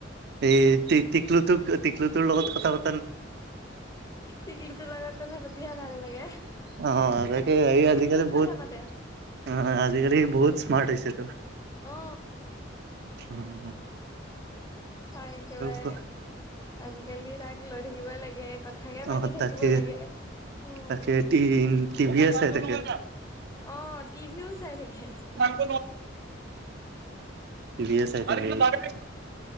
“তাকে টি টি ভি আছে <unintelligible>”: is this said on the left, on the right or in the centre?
Right